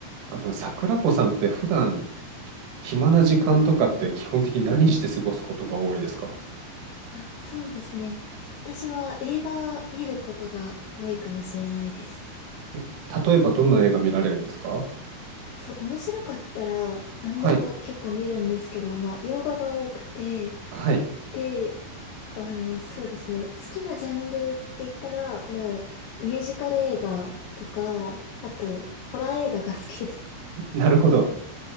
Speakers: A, on the right (about 70°); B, on the left (about 75°).
A: あの、桜子さんって普段暇な時間とかって基本的に何して過ごすことが多いですか
B: はい。あ、そうですね。私は映画見ることが多いかもしれないです。
A: お例えばどんな映画見られるんですか
B: そう、面白かったら何でも結構見るんですけど、
A: はい、
B: まあ、洋画が多くて、
A: はい、
B: で、あの、そうですね。好きなジャンルって言ったら、まあ、ミュージカル映画とか、あと、ホラー映画が好きです。
A: なるほど。